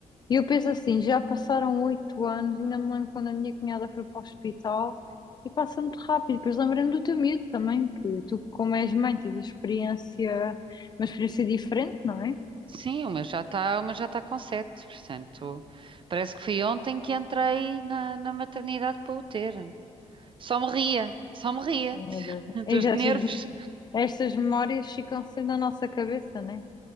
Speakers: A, on the left (about 35°); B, on the right (about 40°).
A: E eu penso assim, já passaram oito anos, ainda me lembro quando a minha cunhada foi para o hospital e passa muito rápido. Depois lembrando do teu miúdo também, que tu, como és mãe, tens a experiência, uma experiência diferente, não é?
B: Sim, uma já está, uma já está com sete, portanto, parece que foi ontem que entrei na, na maternidade para o ter. Só me ria, só me ria
A: Não
B: <laughs>
A: é das- é
B: dos
A: das-
B: nervos.
A: Estas memórias ficam sempre na nossa cabeça, né?